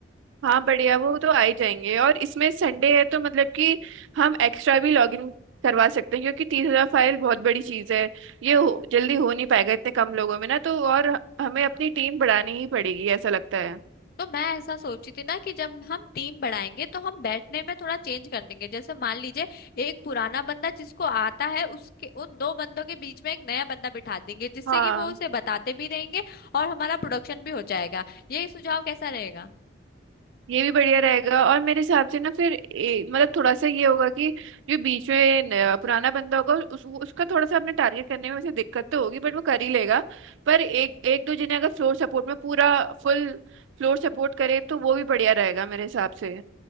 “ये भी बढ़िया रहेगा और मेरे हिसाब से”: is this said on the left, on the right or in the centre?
Right